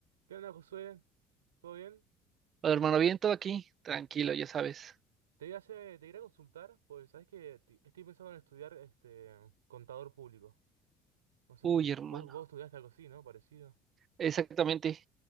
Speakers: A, on the right; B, on the right.
A: ¿Qué onda, Josué? ¿Todo bien?
B: Hola, hermano, bien, todo aquí, tranquilo, ya sabes.
A: Te iba a hacer- te quería consultar, pues sabes que ti- estoy pensando en estudiar este contador público. No sé
B: Uy,
A: si
B: hermano,
A: vos, vos estudiaste algo así, ¿no? Parecido.
B: exactamente.